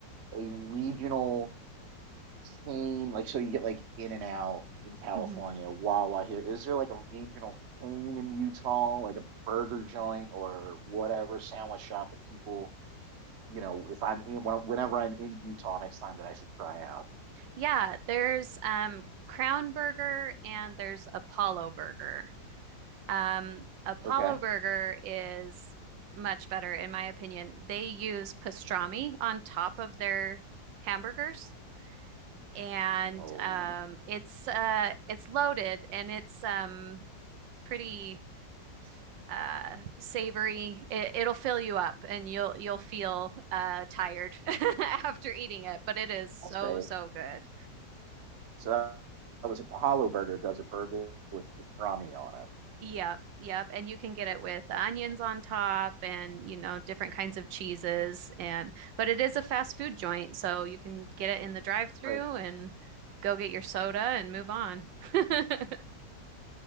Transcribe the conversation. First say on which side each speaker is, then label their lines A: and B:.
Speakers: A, on the right; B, on the right.
A: a regional chain? Like, so you get like In and Out in California,
B: hmm
A: Wawa here. Is there like a regional chain in Utah, like a burger joint or whatever sandwich shop that people, you know, if I'm in, when- whenever I'm in Utah next time that I should try out?
B: Yeah, there's um Crown Burger and there's Apollo Burger. Um, Apollo
A: Okay.
B: Burger is much better, in my opinion. They use pastrami on top of their hamburgers, and
A: No,
B: um, it's uh, it's loaded and it's um, pretty uh, savory. It, it'll fill you up, and you'll you'll feel uh, tired <laughs> after eating it, but it is so
A: I'll say
B: so good.
A: So that that was Apollo Burger does a burger with pastrami on
B: Yep, yep. And you can get
A: it.
B: it with onions on top and, you know, different kinds of cheeses and but it is a fast food joint, so you can get it in the drive-through
A: Right.
B: and go get your soda and move on. <laughs>